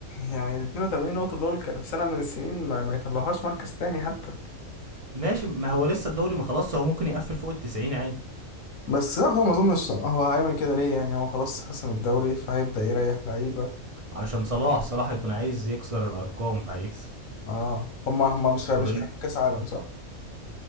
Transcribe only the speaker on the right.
ماشي ما هو لسه الدوري ما خلاص هو ممكن يقفل فوق التسعين عادي
عشان صلاح صلاح هيكون عايز يكسر الارقام فهيكسب
فاضل